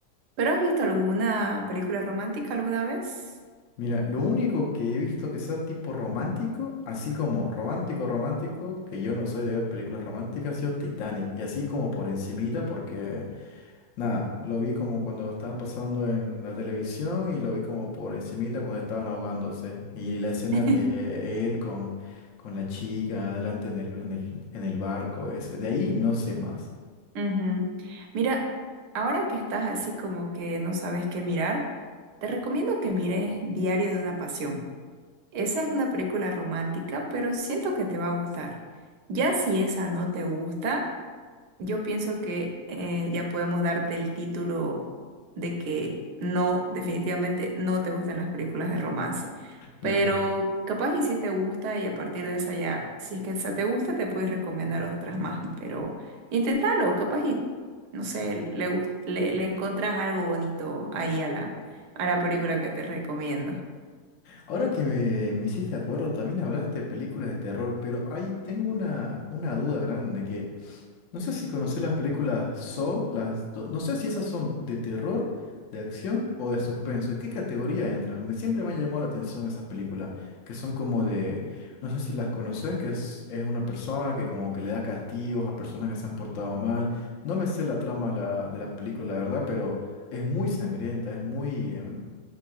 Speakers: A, on the right; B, on the left.
A: ¿Pero has visto alguna película romántica alguna vez?
B: Mira, lo único que he visto que sea tipo romántico, así como romántico, romántico, que yo no soy de ver películas románticas, ha sido Titanic. Y así como por encimita, porque Nada, lo vi como cuando estaban pasando en la televisión y lo vi como por encimita cuando estaban ahogándose. Y la escena
A: <laughs>
B: de él con, con la chica adelante en el, en el, en el barco ese. De ahí no sé más.
A: Ujú. Mira, ahora que estás así como que no sabes qué mirar, te recomiendo que mires Diario de una Pasión. Esa es una película romántica, pero siento que te va a gustar. Ya si esa no te gusta, yo pienso que eh, ya podemos darte el título de que no, definitivamente no te gustan las películas de romance. Pero
B: Nada.
A: capaz y si te gusta y a partir de esa ya, si es que esa te gusta, te puedes recomendar otras más. Pero inténtalo, capaz y, no sé, le, gust- le, le encontrás algo bonito ahí a la, a la película que te recomiendo.
B: Ahora que me, me hiciste acuerdo, también hablaste de películas de terror, pero ahí tengo una, una duda grande que No sé si conocés las películas Saw, las, do- no sé si esas son de terror, de acción o de suspenso. ¿En qué categoría entran? Me, siempre me han llamado la atención esas películas, que son como de, no sé si las conocés, que es, es una persona que como que le da castigos a personas que se han portado mal. No me sé la trama la- de la película, la verdad, pero es muy sangrienta, es muy, em,